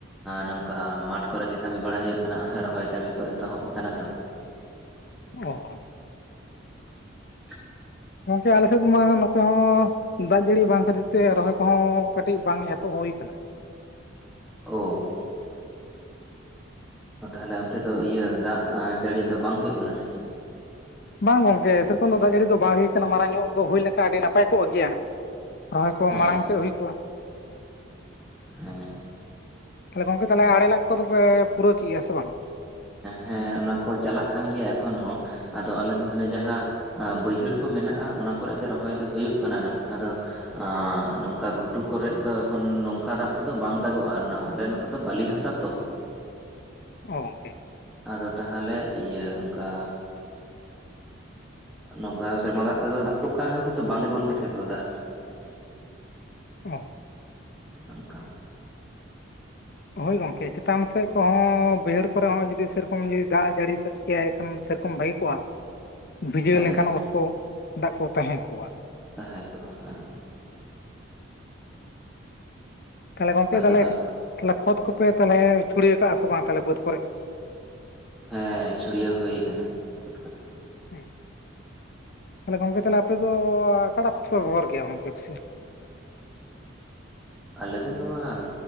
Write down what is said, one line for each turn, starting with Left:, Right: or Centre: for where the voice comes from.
Centre: ᱱᱚᱝᱠᱟ ᱢᱟᱴᱷ ᱠᱚᱨᱮ ᱜᱮ ᱠᱟᱹᱢᱤ ᱵᱟᱲᱟ ᱦᱩᱭᱩᱜ ᱠᱟᱱᱟ ᱨᱚᱦᱚᱭ ᱠᱟᱹᱢᱤ ᱠᱚ ᱮᱛᱚᱦᱚᱵ ᱟᱠᱟᱱᱟ ᱛᱚ
Left: ᱚᱸ
Centre: ᱟᱪᱪᱷᱟ <inaudible>
Left: ᱜᱚᱝᱠᱮ ᱟᱞᱮ ᱥᱮᱫ ᱢᱟ ᱱᱚᱛᱮ ᱦᱚᱸ ᱫᱟᱜ ᱡᱟᱹᱲᱤ ᱵᱟᱝ ᱠᱷᱟᱹᱛᱤᱨ ᱛᱮ ᱨᱚᱦᱚᱭ ᱠᱚᱦᱚᱸ ᱠᱟᱹᱴᱤᱡ ᱵᱟᱝ ᱮᱛᱚᱦᱚᱵ ᱦᱩᱭ ᱟᱠᱟᱱᱟ᱾
Centre: ᱳ ᱛᱟᱦᱚᱞᱮ ᱚᱱᱛᱮ ᱫᱚ ᱤᱭᱟᱹ ᱫᱟᱜ ᱡᱟᱹᱲᱤ ᱫᱚ ᱵᱟᱝ ᱦᱩᱭᱩᱜ ᱠᱟᱱᱟ ᱥᱮ ᱪᱮᱫ?
Left: ᱵᱟᱝ ᱜᱚᱝᱠᱮ ᱥᱮᱨᱚᱠᱚᱢ ᱫᱚ ᱫᱟᱜ ᱡᱟᱹᱲᱤ ᱫᱚ ᱵᱟᱝ ᱦᱩᱭ ᱟᱠᱟᱱᱟ ᱢᱟᱨᱟᱝ ᱧᱚᱜ ᱫᱚ ᱦᱩᱭ ᱞᱮᱱᱠᱷᱟᱱ ᱟᱹᱰᱤ ᱱᱟᱯᱟᱭ ᱠᱚᱜ ᱜᱮᱭᱟ ᱨᱚᱦᱚᱭ ᱠᱚ
Centre: ᱦᱮᱸ
Left: ᱢᱟᱲᱟᱝ ᱛᱮ ᱦᱩᱭ ᱠᱚᱜᱼᱟ᱾
Centre: ᱦᱮᱸ
Left: ᱛᱟᱦᱚᱞᱮ ᱜᱚᱝᱠᱮ ᱛᱟᱦᱚᱞᱮ ᱟᱲᱮ ᱞᱟᱜᱚ ᱠᱚᱫᱚ ᱯᱮ ᱯᱩᱨᱟᱹ ᱠᱮᱫᱼᱟ ᱥᱮ ᱵᱟᱝ
Centre: ᱦᱮᱸ ᱚᱱᱟᱠᱚ ᱪᱟᱞᱟᱜ ᱠᱟᱱ ᱜᱮᱭᱟ ᱮᱠᱷᱚᱱ ᱦᱚᱸ ᱟᱫᱚ ᱟᱞᱮ ᱫᱚ ᱦᱟᱱᱮ ᱡᱟᱦᱟᱸ ᱵᱟᱹᱭᱦᱟᱹᱲ ᱠᱚ ᱢᱮᱱᱟᱜᱼᱟ ᱚᱱᱟ ᱠᱚᱨᱮᱜ ᱜᱮ ᱨᱚᱦᱚᱭ ᱫᱚ ᱦᱩᱭᱩᱜ ᱠᱟᱱᱟ ᱦᱟᱜ ᱟᱫᱚ ᱟᱜᱸ ᱱᱚᱝᱠᱟ ᱜᱷᱩᱴᱩ ᱠᱚᱨᱮ ᱫᱚ ᱮᱠᱷᱚᱱ ᱱᱚᱝᱠᱟ ᱫᱟᱜ ᱛᱮᱫᱚ ᱵᱟᱝ ᱫᱟᱜᱚᱜᱼᱟ ᱟᱞᱮ ᱱᱚᱛᱮ ᱱᱚᱛᱮ ᱫᱚ ᱵᱟᱹᱞᱤ ᱦᱟᱥᱟ ᱛᱚ
Left: ᱚᱸ ᱜᱚᱝᱠᱮ
Centre: ᱟᱫᱚ ᱛᱟᱦᱚᱞᱮ ᱤᱭᱟᱹ ᱚᱱᱠᱟ ᱱᱚᱝᱠᱟᱱ ᱥᱮᱨᱢᱟ ᱫᱟᱜ ᱛᱮᱫ ᱚᱠᱟ ᱨᱮᱦᱚ ᱸ ᱠᱤᱱᱛᱩ ᱵᱟᱝ ᱛᱤᱸᱜᱩᱱ ᱠᱟᱱᱟ ᱠᱷᱮᱛ ᱨᱮᱫᱚ ᱫᱟᱜ ᱫᱚ
Left: ᱚ
Centre: ᱚᱝᱠᱟ
Left: ᱦᱳᱭ ᱜᱚᱝᱠᱮ ᱪᱮᱛᱟᱱ ᱥᱮᱜ ᱠᱚᱦᱚᱸ ᱵᱟᱹᱭᱦᱟᱹᱲ ᱠᱚᱨᱮ ᱦᱚᱸ ᱡᱩᱫᱤ ᱥᱮᱨᱚᱠᱚᱢ ᱡᱩᱫᱤ ᱫᱟᱜᱽ ᱡᱟᱹᱲᱤ ᱠᱮᱭᱟᱭ ᱠᱷᱟᱱ ᱥᱮᱨᱚᱠᱚᱢ ᱵᱷᱟᱜᱤ ᱠᱚᱜᱼᱟ ᱵᱷᱡᱟᱹᱣ
Centre: ᱦᱮᱸ
Left: ᱞᱮᱱᱠᱷᱟᱱ ᱚᱛ ᱠᱚ ᱫᱟᱜᱽ ᱠᱚ ᱛᱟᱦᱮᱸᱱ ᱠᱚᱜᱼᱟ᱾
Centre: ᱛᱟᱦᱮᱸ ᱠᱚᱜᱼᱟ ᱦᱮᱸ,
Left: ᱛᱟᱦᱚᱞᱮ ᱜᱚᱝᱠᱮ
Centre: ᱟᱫᱚ
Left: ᱛᱟᱦᱞᱮ ᱠᱷᱚᱛ ᱠᱚᱯᱮ ᱛᱟᱦᱚᱞᱮ ᱪᱷᱩᱲᱤᱭᱟᱹ ᱠᱟᱜᱼᱟ ᱥᱮ ᱵᱟᱝ ᱛᱟᱦᱞᱮ ᱵᱟᱹᱫᱽ ᱠᱚᱨᱮ?
Centre: ᱦᱮᱸ ᱪᱷᱩᱲᱭᱟᱹᱣ ᱦᱩᱭ ᱠᱟᱱᱟ ᱠᱷᱚᱛ ᱠᱚᱫᱚ᱾
Left: ᱦᱮᱸ ᱛᱟᱦᱚᱞᱮ ᱜᱚᱝᱠᱮ ᱛᱟᱦᱞᱮ ᱟᱯᱮ ᱫᱚ ᱚᱠᱟᱴᱟᱜ ᱠᱷᱚᱛ ᱯᱮ ᱵᱮᱵᱚᱦᱟᱨ ᱜᱮᱭᱟ ᱜᱚᱝᱠᱮ ᱟᱯᱮᱥᱮᱜ?
Centre: ᱟᱞᱮ ᱫᱚ ᱱᱚᱣᱟ